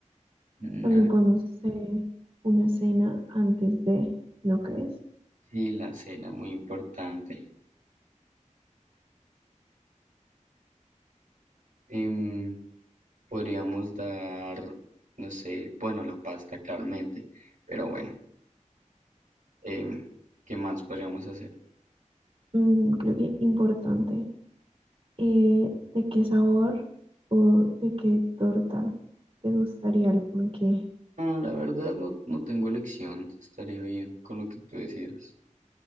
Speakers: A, on the right (about 80°); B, on the right (about 45°).
A: Una,
B: También podemos hacer una cena antes de, ¿no crees?
A: sí, la cena, muy importante. Em, Podríamos dar, no sé, bueno, la pasta claramente, pero bueno, em, ¿qué más podríamos hacer?
B: Mm, creo que importante. Eh, ¿de qué sabor o de qué torta te gustaría el ponqué?
A: Ah, la verdad no, no tengo elección, estaría bien con lo que tú decías